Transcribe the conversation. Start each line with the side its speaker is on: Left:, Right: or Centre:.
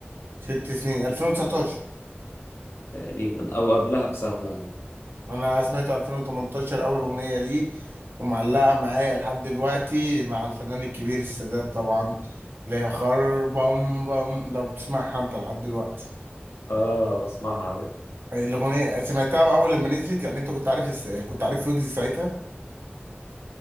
Right: ست سنين 2019
Left: تقريبا أو قبلها بسنة
Right: انا سمعته 2018 اول اغنيه ليه ومعلقه معايا لحد دلوقتي مع الفنان الكبير السادات طبعا اللي هي خربم بم لو بتسمعها انت لحد دلوقتي
Left: اه بسمعها عارف
Right: الاغنيه سمعتها اول لما نزلت يعني انت كنت عارف الس... كنت عارف ويجز ساعتها